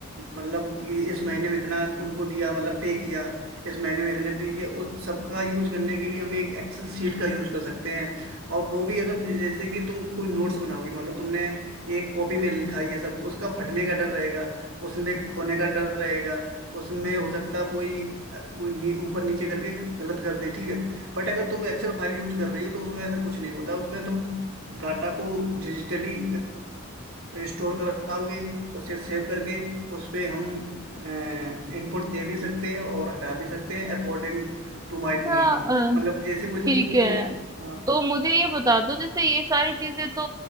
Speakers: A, on the right; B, on the right.
A: मतलब ये इस महीने में इतना उनको दिया मतलब पे किया इस महीने में इतने पे किया उस सबका यूज करने के लिए हम एक एक्सेल शीट का यूज कर सकते हैं और वो भी अगर जैसे कि तुम कोई नोट्स बनाओगी मान लो तुमने एक कॉपी में लिखा ये सब उसका फटने का डर रहेगा उसने खोने का डर रहेगा उसमें हो सकता है कोई अ, वो नी- ऊपर नीचे करके गलत कर दे ठीक है बट अगर तुम एक्सेल फाइल यूज कर रही हो तो उसमें ऐसा कुछ नहीं होता उसमें तुम डाटा को डिजिटली स्टोर कराओगे उसे सेव करके उस पे हम इनपुट दे भी सकते हैं और हटा भी सकते हैं अकॉर्डिंग टू माय नीड
B: अच्छा अ,
A: मतलब जैसे मुझे
B: ठीक
A: जरूरत
B: है
A: पड़े हाँ
B: तो मुझे ये बता दो जैसे ये सारी चीजें तो